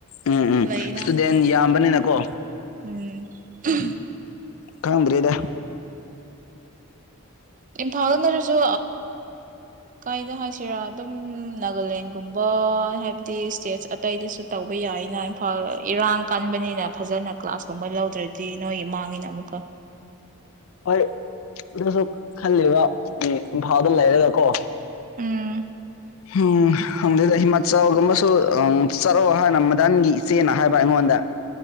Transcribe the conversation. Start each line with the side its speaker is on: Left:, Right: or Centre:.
Left: ꯎꯝ ꯎꯝ
Right: ꯂꯩꯅ
Left: ꯏꯁꯇꯨꯗꯦꯟ ꯌꯥꯝꯕꯅꯤꯅꯀꯣ
Right: ꯎꯝ <unintelligible>
Left: ꯈꯪꯗ꯭ꯔꯦꯗ
Right: ꯏꯝꯐꯥꯜꯅꯗꯁꯨ ꯀꯥꯏꯗ ꯍꯥꯏꯁꯤꯔꯥ ꯑꯗꯨꯝ ꯅꯥꯒꯥꯂꯦꯟꯒꯨꯝꯕ ꯍꯥꯏꯕꯗꯤ ꯏꯁꯇꯦꯠꯁ ꯑꯇꯩꯗꯁꯨ ꯇꯧꯕ ꯌꯥꯏꯅ ꯏꯝꯐꯥꯜ ꯏꯔꯥꯡ ꯀꯟꯕꯅꯤꯅ ꯐꯖꯅ ꯀ꯭ꯂꯥꯁꯀꯨꯝꯕ ꯂꯧꯗ꯭ꯔꯗꯤ ꯅꯣꯏꯒꯤ ꯃꯥꯡꯉꯤꯅ ꯑꯃꯨꯛꯀ
Left: ꯍꯣꯏ ꯑꯗꯨꯁꯨ ꯈꯜꯂꯤꯕ ꯎ ꯐꯥꯎꯗ ꯂꯩꯔꯦꯗꯀꯣ
Right: ꯎꯝ
Left: ꯎꯝ ꯍꯗꯗ ꯍꯃ ꯆꯒꯨꯝꯕꯨ ꯆꯠꯂꯑꯣ ꯍꯥꯏꯥꯟꯅ ꯃꯗꯟꯒꯤ ꯏꯆꯦꯅ ꯍꯥꯏꯕ ꯑꯩꯉꯣꯟꯗ